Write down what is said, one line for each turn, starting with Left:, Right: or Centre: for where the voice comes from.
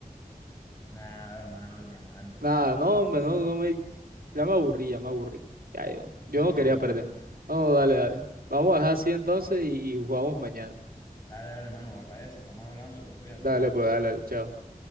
Left: Nada, hermano, el diamante.
Right: Nada, no, hombre, no, no me. Ya me aburrí, ya me aburrí. Ya yo.
Left: Me
Right: Yo no
Left: ve,
Right: quería
Left: hermano.
Right: perder. No, dale, dale. Vamos a dejar así entonces y, y jugamos mañana.
Left: Dale, dale, hermano, va para esa, estamos hablando, pues cuídate
Right: Dale,
Left: bien.
Right: pues, dale, dale, chao.